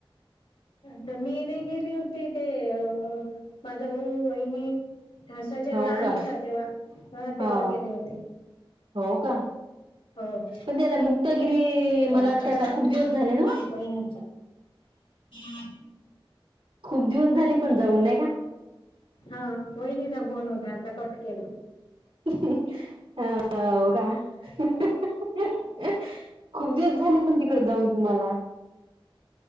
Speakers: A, on the left; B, on the right.
A: आता मी येने गेली होती ते अ माझा मऊ वहिनी, हा सजन
B: हो
A: लहान
B: का
A: होता तेव्हा ह तेव्हा
B: हा
A: गेले होते.
B: हो का
A: हो
B: पण ते आता मुक्तागिरी
A: कोणाचा
B: मला वाटते आता खूप दिवस झाले ना
A: हम्मम <unintelligible>
B: खूप दिवस झाले पण जाऊन नाही का.
A: हा वहिणीचा फोन होता आता कट केला.
B: अ का <unintelligible> खूप दिवस झाले पण तिकड जाऊन तुम्हाला.